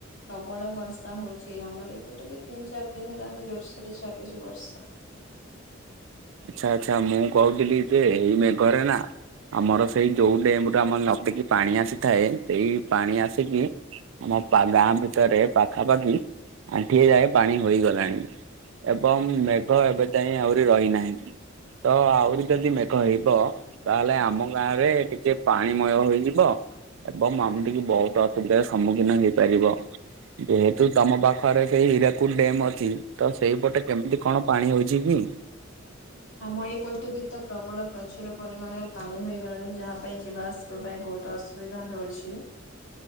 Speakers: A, on the left; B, on the right.
A: ପ୍ରବଳ ବର୍ଷା ହଉଛି ଆମର ଏଇପୋଟେ ବି ତିନି ଚାରି ଦିନ ହେଲାନି ଜୋରସୋର ରେ ଚାଲିଛି ବର୍ଷା।
B: ଆଚ୍ଛା ଆଚ୍ଛା ମୁଁ କହୁଥିଲି ଯେ ଏଇ ମେଘରେ ନା ଆମର ସେଇ ଯୋଉ ଡ୍ୟାମରେ ଆମର ନଦକି ପାଣି ଆସିଥାଏ ସେଇ ପାଣି ଆସିକି ଆମ ଗାଁ ଭିତରେ ପାଖାପାଖି ଆଣ୍ଠିଏ ଯାଏ ପାଣି ହୋଇଗଲାଣି। ଏବଂ ମେଘ ଏବେ ଯାଇ ଆହୁରି ରହିନାହିଁ। ତ ଆହୁରି ଯଦି ମେଘ ହେଇବ ତାହେଲେ ଆମ ଗାଁ ରେ ଟିକେ ପାଣିମୟ ହେଇଯିବ। ଏବଂ ଆମତିିକେ ବହୁତ ଅସୁବିଧାର ସମ୍ମୁଖୀନ ହେଇପାରିବ। ଯେହେତୁ ତମ ପାଖରେ ସେଇ ହୀରାକୁଟ ଡ୍ୟମ୍ ଅଛି ତ ସେଇପଟେ କେମିତି କଣ ପାଣି ହଉଛି କି?
A: ଆମ ଏଇ ପଟେ ଭି ତ ପ୍ରବଳ ପ୍ରଚୁର ପରିମାଣରେ ପାଣି ହୋଇଗଲାଣି, ଯାହା ପାଇଁ ଯିବା ଆସିବା ପାଇଁ ବହୁତ ଅସୁବିଧା ହଉଛି,